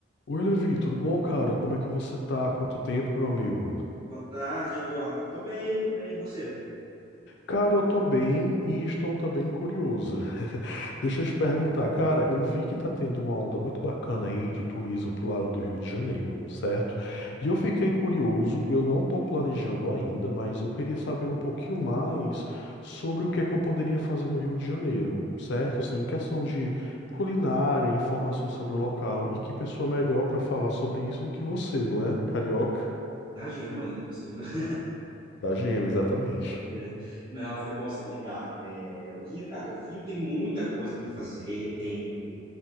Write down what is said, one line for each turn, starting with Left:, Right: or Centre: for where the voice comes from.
Left: Oi, Levi, tudo bom, cara? Como é que você tá? Quanto tempo, meu amigo?
Right: Boa tarde, Eduardo. Tô bem, tô bem. E você?
Left: Cara, eu tô bem e estou também curioso. <laughs> Deixa eu te perguntar,
Right: Bom,
Left: cara, eu vi que tá tendo uma onda muito bacana aí de turismo pro lado do Rio de Janeiro, certo?
Right: hum,
Left: E eu fiquei curioso, eu não tô planejando ainda, mas eu queria saber um pouquinho mais sobre o que é que eu poderia fazer no Rio de Janeiro, certo? Assim, em questão de culinária, informações sobre o local e que pessoa melhor pra falar sobre isso do que você, não é? Carioca.
Right: Na gema ainda por cima. <laughs>
Left: Da gema, exatamente.
Right: É, Não, foi bom você me ligar. É, o Rio, cara, o Rio tem muita coisa para fazer, tem,